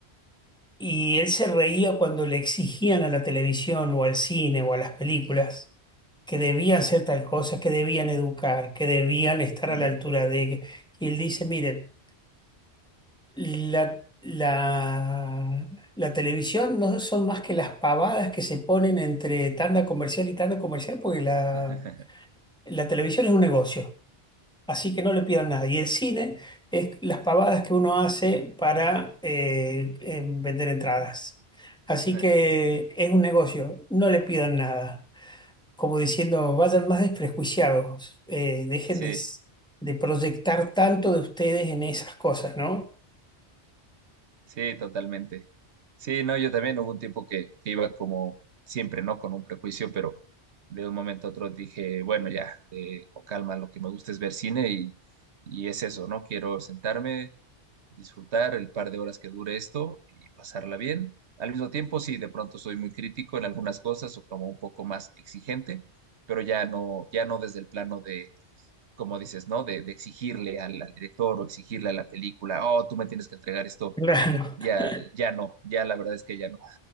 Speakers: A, in the centre; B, on the right (about 85°).
A: y él se reía cuando le exigían a la televisión o al cine o a las películas que debían hacer tal cosa, que debían educar, que debían estar
B: Ujú.
A: a la altura de... Y él dice, miren, la, la, la televisión no son más que las pavadas que se ponen entre tanda comercial y tanda comercial porque la,
B: <laughs>
A: la televisión es un negocio. Así que no le pidan nada. Y el cine es las pavadas que uno hace para eh, eh, vender entradas. Así
B: Eh,
A: que es un negocio, no le pidan nada. Como diciendo, vayan más desprejuiciados, eh, dejen
B: Sí,
A: de, s- de proyectar tanto de ustedes en esas cosas, ¿no?
B: sí, totalmente. Sí, no, yo también hubo un tiempo que, que iba como siempre, ¿no? Con un prejuicio, pero de un momento a otro dije, bueno, ya, eh, con calma, lo que me gusta es ver cine y, y es eso, ¿no? Quiero sentarme. disfrutar el par de horas que dure esto y pasarla bien. Al mismo tiempo, sí, de pronto soy muy crítico en algunas cosas o como un poco más exigente, pero ya no, ya no desde el plano de, como dices, ¿no? De, de exigirle al, al director o exigirle a la película, oh, tú me tienes que entregar esto.
A: Claro.
B: Ya,
A: <laughs>
B: ya no, ya la verdad es que ya no.